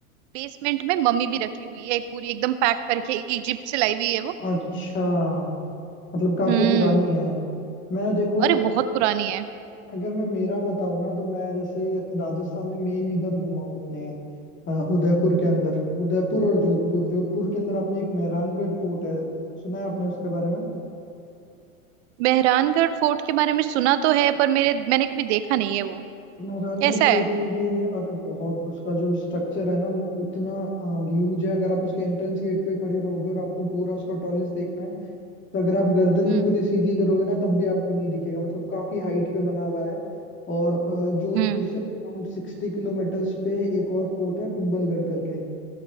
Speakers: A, on the right (about 50°); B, on the left (about 25°).
A: बेसमेंट में मम्मी भी रखी हुई है एक पूरी एकदम पैक करके इजिप्ट से लाई हुई है वो
B: अच्छा मतलब काफी
A: हम्म
B: पुरानी है मैं देखो
A: अरे बहुत पुरानी है
B: अगर मैं मेरा बताऊँ ना तो मैं जैसे राजस्थान में मेन इधर घूमा हूँ अपने अ, उदयपुर के अंदर उदयपुर और जोधपुर जोधपुर के अंदर आपने एक मेहरानगढ़ फोर्ट है सुना है आपने उसके बारे में
A: मेहरानगढ़ फोर्ट के बारे में सुना तो है पर मेरे मैंने कभी देखा नहीं है वो
B: मेहरानगढ़
A: कैसा
B: फोर्ट
A: है
B: में ये है अरे बहुत उसका जो स्ट्रक्चर है ना वो इतना ह्यूज है अगर आप उसके एंट्रेंस गेट पे खड़े रहोगे और आपको पूरा उसका टॉलेस देखना है तो अगर आप गर्दन
A: हम्म
B: भी पूरी सीधी करोगे ना तब भी आपको नहीं दिखेगा मतलब काफी हाइट पे बना हुआ है और अ, जोधपुर
A: हम्म
B: से अराउंड सिक्सटी किलोमीटर्स पे एक और फोर्ट है कुंभलगढ़ करके